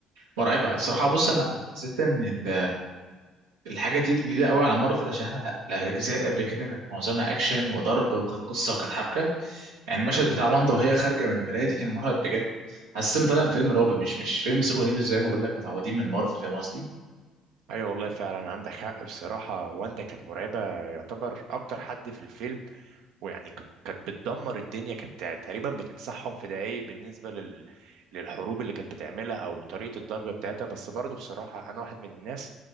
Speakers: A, on the right; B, on the right.
A: مرعبة الصراحة بص أنا حسيت إن ال- الحاجة دي جديدة قوي على مارفل عشان ه- الأجزاء اللي قبل كده كانت معظمها أكشن وضرب وكانت قصة وكانت حبكة يعني المشهد بتاع واندا وهي خارجة من المراية دي كان مرعب بجد حسيت إن طالع من فيلم رعب مش مش فيلم سوبر هيروز زي ما بقول لك متعودين من مارفل فاهم قصدي
B: ايوه والله فعلا عندك حق بصراحة واندا كانت مرعبة يعتبر اكتر حد في الفيلم ويعني ك- كانت بتدمر الدنيا كانت تقريبا بتمسحهم في دقايق بالنسبة لل... للحروب اللي كانت بتعملها أو طريقة الضرب بتاعتها بس برضه بصراحة أنا واحد من الناس